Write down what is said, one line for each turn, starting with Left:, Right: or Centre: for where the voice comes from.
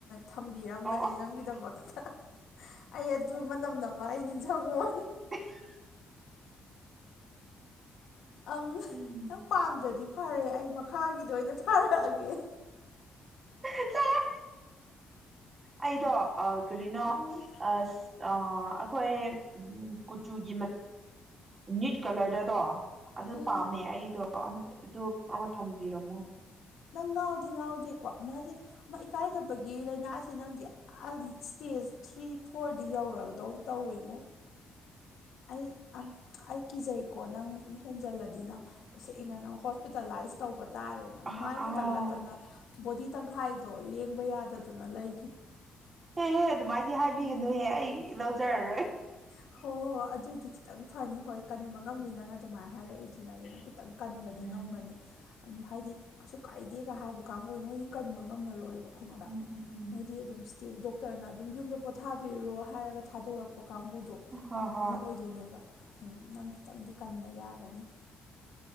Left: ꯊꯝꯕꯤꯔꯝꯕꯅꯤꯅ
Right: ꯑꯣ
Left: ꯅꯪꯒꯤꯗꯃꯛꯇ ꯑꯩ ꯑꯗꯨ ꯃꯅꯝ ꯅ ꯑꯃ ꯑꯩ ꯅꯤꯡꯖꯊꯧꯉꯣꯟ
Right: <inaudible>
Left: ꯑꯝ
Right: ꯎꯝ
Left: ꯅꯪ ꯄꯥꯝꯗ꯭ꯔꯗꯤ ꯐꯔꯦ ꯑꯩ ꯃꯈꯥꯒꯤꯗ ꯑꯣꯏꯅ ꯊꯥꯔꯛꯑꯒꯦ
Right: ꯇ <unintelligible> <inaudible> ꯑꯩꯗꯣ ꯑ ꯀꯔꯤꯅꯣ
Left: ꯎꯝ
Right: ꯑ ꯑ ꯑꯩꯈꯣꯏ ꯎ ꯀꯨꯆꯨꯒꯤ ꯎꯅꯤꯠ ꯀꯂꯔꯗꯗꯣ ꯑꯗꯨ
Left: ꯎꯝ
Right: ꯄꯥꯝꯃꯦ ꯑꯩꯗꯣ ꯑꯗꯨ ꯑꯃ ꯊꯝꯕꯤꯔꯝꯃꯣ
Left: ꯅꯪ ꯉꯥꯎꯗꯤ ꯉꯥꯎꯗꯦꯀꯣ ꯃꯥꯁꯦ ꯃꯥ ꯏꯀꯥꯏꯗꯕꯒꯤ ꯂꯥꯏꯅꯥ ꯑꯁꯤ ꯅꯪꯗꯤ ꯏꯁꯇꯦꯖ ꯊ꯭ꯔꯤ ꯐꯣꯔꯗꯤ ꯌꯧꯔꯒꯗꯧ ꯇꯧꯋꯦꯉꯣ ꯑꯩ ꯑꯩ ꯀꯤꯖꯩꯀꯣ ꯅꯪ ꯁꯨꯝ ꯍꯦꯟꯖꯜꯂꯗꯤ ꯅꯪ ꯇꯁꯦꯡ ꯑꯅ ꯅꯪ ꯍꯣꯁꯄꯤꯇꯥꯂꯥꯏꯁ ꯇꯧꯕ ꯇꯥꯔꯦ
Right: ꯑꯍ
Left: ꯃꯥꯏ ꯈꯛꯇꯛ
Right: ꯑꯥ
Left: ꯅꯠꯇꯅ ꯕꯣꯗꯤ ꯇꯪꯈꯥꯏꯗꯣ ꯂꯦꯡꯕ ꯌꯥꯗꯗꯅ ꯂꯩ
Right: ꯑꯦꯍꯦ ꯑꯗꯨꯃꯥꯏꯗꯤ ꯍꯥꯏꯕꯤꯒꯅꯨꯍꯦ ꯑꯩ ꯂꯧꯖꯔꯔꯣꯏ
Left: ꯍꯣꯏ ꯍꯣꯏ ꯍꯣ ꯑꯗꯨꯏꯗꯤ ꯈꯤꯇꯪ ꯐꯅꯤ ꯍꯣꯏ ꯀꯟꯕ ꯉꯝꯃꯤꯅꯉꯥꯏ ꯑꯗꯨꯃꯥꯏꯅ ꯍꯥꯏꯔꯛꯏꯗꯨꯅ ꯑꯗꯨꯅ ꯈꯤꯇꯪ ꯀꯟꯕꯗꯤ
Right: ꯎꯝ
Left: ꯉꯝꯒꯅꯤ ꯍꯥꯏꯗꯤ ꯀꯩꯁꯨ ꯀꯥꯏꯗꯦꯒ ꯍꯥꯏꯕ ꯀꯥꯡꯕꯨ ꯃꯣꯏꯗꯤ ꯀꯟꯕ ꯉꯝꯃꯔꯣꯏꯕ ꯈꯪꯉꯕ꯭ꯔꯥ
Right: ꯎꯝ ꯎꯝ ꯎꯝ
Left: ꯃꯣꯏꯗꯤ ꯑꯗꯨꯝ ꯏꯁꯇꯦ ꯗꯣꯛꯇꯔꯅ ꯑꯗꯨꯝ ꯌꯨꯝꯗ ꯄꯣꯊꯥꯕꯤꯔꯨꯔꯣ ꯍꯥꯏꯔꯒ ꯊꯥꯗꯣꯔꯛꯄ ꯀꯥꯡꯕꯨꯗꯣ
Right: ꯍꯣꯏ ꯍꯣꯏ
Left: ꯃꯣꯏ ꯑꯣꯏꯗꯣꯏꯅꯦꯕ ꯑꯗꯨꯝ ꯅꯪ ꯈꯤꯇꯪꯗꯤ ꯀꯟꯕ ꯌꯥꯒꯅꯤ